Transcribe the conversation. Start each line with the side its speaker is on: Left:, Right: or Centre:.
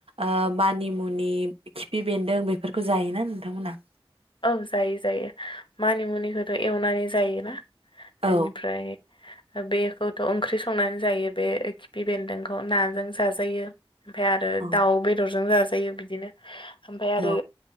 Right: ओ मानिमुनि खिफि बेन्दों बेफोरखौ जायोना नोंथांमोना?
Left: ओं जायो जायो मानि मुनिखौथ' एवनानै जायोना? बेनिफ्राय
Right: औ
Left: बेखौथ' ओंख्रि संनानै जायो बे खिफि बेन्दोंखौ नाजों जाजायो। ओमफ्राय आरो
Right: औ
Left: दाउ बेदरजों जा जायो बिदिनो। ओमफ्राय
Right: औ
Left: आरो